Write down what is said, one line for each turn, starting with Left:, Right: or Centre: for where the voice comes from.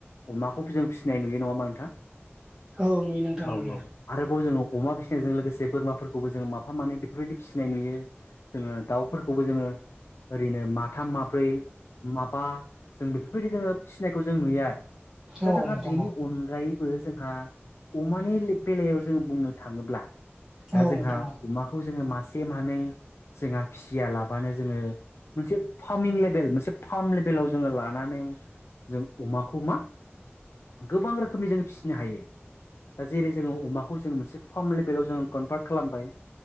Left: अमाखौबो जों फिसिनाय नुयो नङाबा नोंथांङां।
Right: औ नुयो नोंथां
Left: औ
Right: नुयो
Left: औ आरोबाव जोंङो अमा फिसिनायजों लोगोसे बोरमा बो जोंङो माफा माने बेफोरबायदि फिसिनाय नुयो जोङो दाउफोरखौबो जोंङो ओरैनो माथाम माब्रै माबा जों बेफोरबायदि जोङो फिसिनायखौ जों नुयो आरो। दा
Right: औ
Left: जोंहा
Right: नोंथां
Left: बेनि
Right: औ
Left: अनगायैबो जोंहा अमानि बेलायाव जोंङो बुंनो थांङोब्ला दा
Right: औ
Left: जोंहा
Right: नोंथां
Left: अमाखौ जोंङो मासे मानै जोंहा फिसिया लाबानो जोंङो मोनसे फार्मिं लेभेल मोनसे फार्म लेभेलाव जोंङो लानानै जों अमाखौ मा गोबां रोखोमनि जोंङो फिसिनो हायो। दा जेरै जोंङो अमाखौ जोंङो मोनसे फार्म लेभेलाव जोंङो कनभार्ट खालामबाय